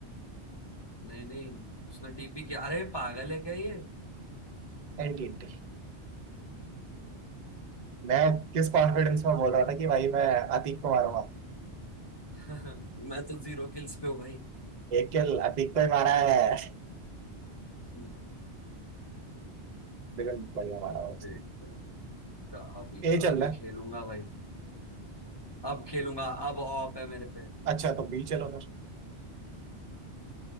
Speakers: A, on the left; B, on the right.
A: नहीं नहीं उसने टीपी किया अरे पागल है क्या ये
B: एंटी इंटर मैं किस कॉन्फिडेंस में बोल रहा था कि भाई मैं अतीक को मारूंगा
A: <laughs> मैं तो जीरो किल्स पे हूँ भाई
B: एक किल अतीक को ही मारा है
A: हम्म,
B: बिल्कुल बढ़िया मारा हुआ उसने
A: देखते हैं। क्या अभी
B: ए चल
A: अभी
B: रहा है
A: खेलूंगा भाई अब खेलूंगा अब ऑप है मेरे पे
B: अच्छा तो बी चलो फिर